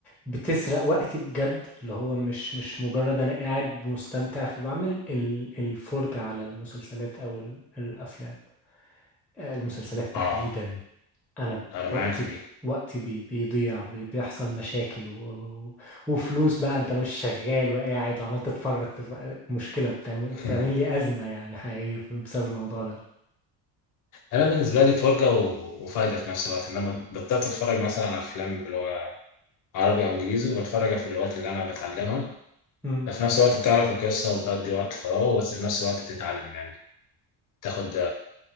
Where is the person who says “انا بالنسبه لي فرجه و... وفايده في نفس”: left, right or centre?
Left